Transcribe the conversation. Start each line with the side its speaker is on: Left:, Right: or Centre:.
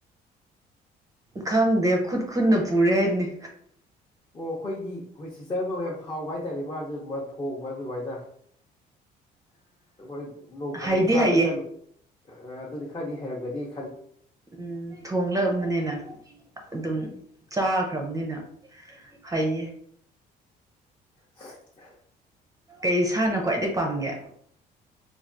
Right: ꯈꯪꯗꯦ ꯈꯨꯠ ꯈꯨꯠꯅ ꯄꯨꯔꯦ ꯍꯥꯏꯗꯨꯅꯤ
Left: ꯑꯣ ꯑꯩꯈꯣꯏꯒꯤ ꯑꯩꯈꯣꯏ ꯁꯤꯇꯔ ꯃ ꯌꯥꯝ ꯍꯥꯎꯕ ꯍꯥꯏꯇꯥꯔꯦ ꯃꯥꯁꯨ ꯃꯥ ꯊꯣꯡꯕ ꯑꯗꯨꯃꯥꯏꯅ ꯑꯩꯈꯣꯏ ꯅꯣꯡ ꯐꯥꯗꯣꯛ
Right: ꯍꯩꯗꯤ
Left: ꯆꯥꯕ
Right: ꯍꯩꯌꯦ
Left: ꯆꯠꯂꯨ ꯑ ꯑꯗꯨꯗꯤ ꯈꯔꯗꯤ ꯍꯩꯏꯔꯝꯒꯅꯤ
Right: ꯎꯝ ꯊꯣꯡꯂꯛꯑꯕꯅꯤꯅ ꯑꯗꯨꯝ ꯆꯥꯈ꯭ꯔꯝꯅꯤꯅ ꯍꯩꯌꯦ
Left: ꯑꯟꯑꯣꯗꯤꯕꯜ
Right: ꯀꯩ ꯁꯥꯅ ꯈ꯭ꯋꯥꯏꯗꯩ ꯄꯥꯝꯒꯦ